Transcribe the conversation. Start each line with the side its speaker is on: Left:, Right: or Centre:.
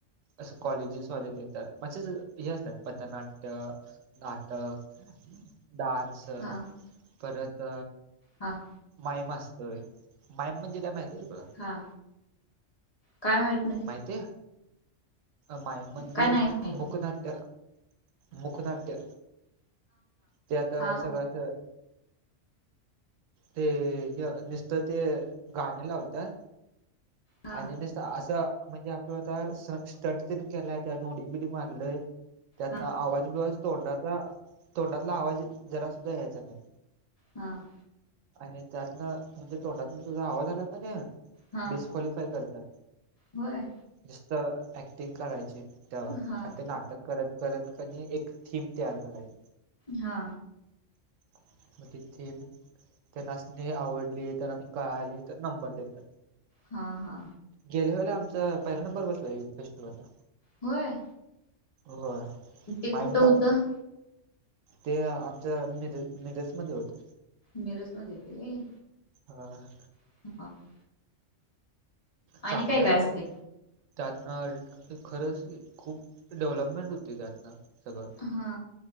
Right: असं कॉलेजेसवाले ते तर मेच हे असतात. पथनाट्य नाटक, डान्स,
Left: हा
Right: परत
Left: हा
Right: माईम असतोय, माईम म्हणजे काय माहिती का तुला?
Left: हा काय व्हायला
Right: माहिती? मायम म्हणजे
Left: काय नाही माहित
Right: मुकनाट्य, मुकनाट्य त्या आता
Left: हा
Right: सगळं अस ते नुसतं ते गाणं लावतात
Left: हा
Right: आणि न असं म्हणजे आपण आता स स्टंट तनी केलाय त्या उडी बिडी मारलय त्यातन
Left: हा
Right: आवाज बिवाज तोंडाचा, तोंडातला आवाज जरा सुद्धा यायचा नाही.
Left: हां.
Right: आणि त्यातनं म्हणजे तोंडातन तुझा आवाज आला की नाही
Left: हा.
Right: क्वालिफाय करतात.
Left: व्हय.
Right: निस्त ऍक्टिंग करायचे त्यावर
Left: हा
Right: आणि ते नाटक करत करत की नाय एक थीम तयार करायची.
Left: हा.
Right: <inaudible> मग ति थिम त्यांनासणी आवडली आणि कळाली तर नंबर देतात.
Left: हा, हा,
Right: गेल्या वेळेला आमचा पहिला नंबर बसला युथ फेस्टिवलला.
Left: होय.
Right: होय.
Left: ते
Right: माईमला
Left: कुठं होतं?
Right: ते आमच्या मिर मिरजमध्ये होत.
Left: मिरज मध्ये येतं व्हय.
Right: हा.
Left: ह <unintelligible>
Right: चांगलय
Left: काय काय असते
Right: ओ. त्यातनं खरंच खूप डेव्हलपमेंट होते त्यातनं सगळं
Left: हा